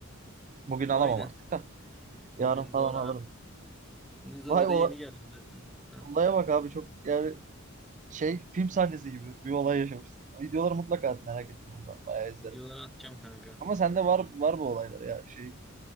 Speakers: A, on the right; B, in the centre.
A: Bugün alamam
B: Aynen.
A: artık da.
B: Bugün
A: Yarın falan
B: zor
A: alırım.
B: abi. Zoro
A: Vay ola-
B: da yeni geldi zaten. Heh.
A: olaya bak abi çok yani şey film sahnesi gibi bir olay yaşamışsın. Videoları mutlaka at merak etme ondan. Bayağı izlerim.
B: Videoları atacağım kanka.
A: Ama sende var var bu olaylar ya şey.